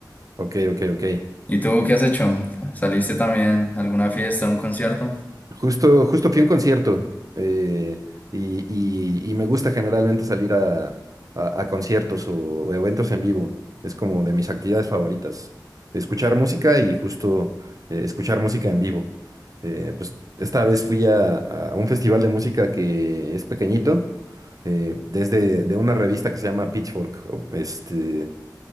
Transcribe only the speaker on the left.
¿Y tú qué has hecho? ¿Saliste también a alguna fiesta, a un concierto?